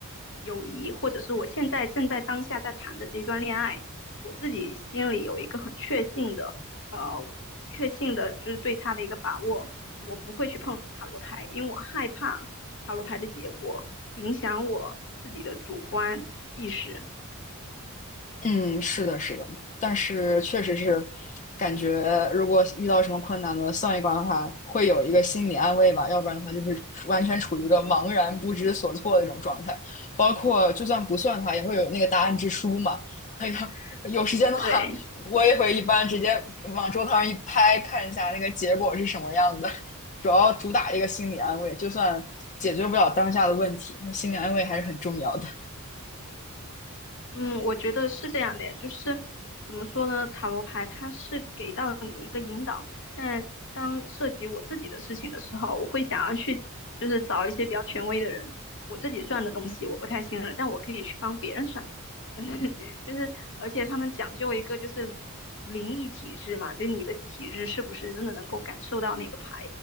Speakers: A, on the left (about 60°); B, on the left (about 35°).
A: 友谊，或者是我现在正在当下在谈的这一段恋爱，我自己心里有一个很确信的，呃，确信的就是对他的一个把握，我不会去碰塔罗牌，因为我害怕塔罗牌的结果影响我自己的主观意识。
B: 嗯，是的，是的，但是确实是感觉，如果遇到什么困难呢，算一卦的话，会有一个心理安慰吧，要不然的话就是完全处于一个茫然不知所措的这种状态。包括就算不算的话，也会有那个答案之书嘛。哎呀，有时间的话，
A: 对，
B: 我也会一般直接往桌子上一拍，看一下那个结果是什么样的。主要主打一个心理安慰，就算解决不了当下的问题，那心理安慰还是很重要的。
A: 嗯，我觉得是这样的呀，就是怎么说呢，塔罗牌它是给到你一个引导，但当涉及我自己的事情的时候，我会想要去就是找一些比较权威的人，我自己算的东西我不太信任，但我可以去帮别人算，<laughs> 就是而且他们讲究一个就是灵异体质嘛，就你的体质是不是真的能够感受到那个牌，